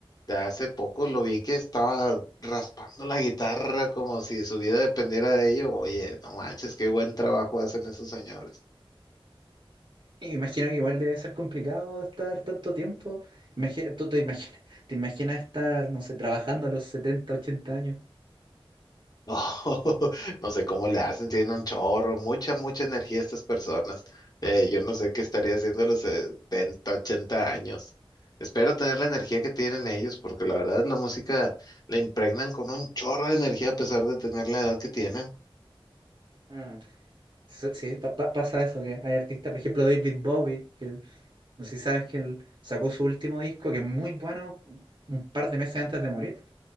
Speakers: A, on the left; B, on the right.
A: de hace poco lo vi que estaba raspando la guitarra como si su vida dependiera de ello. Oye, no manches, qué buen trabajo hacen esos señores.
B: Y Imagino que igual debe ser complicado estar tanto tiempo. Imagi- tú te imaginas, te imaginas estar, no sé, trabajando a los 70 80 años.
A: No, <laughs> no sé cómo le hacen, tienen un chorro, mucha, mucha energía estas personas. Eh, yo no sé qué estaría haciendo a los 70, 80 años. Espero tener la energía que tienen ellos, porque la verdad la música la impregnan con un chorro de energía a pesar de tener la edad que tienen.
B: Mm. Sí, sí, pa- pa- pasa eso, que hay artistas, por ejemplo David Bowie, que No sé si sabes que él sacó su último disco, que es muy bueno, un par de meses antes de morir.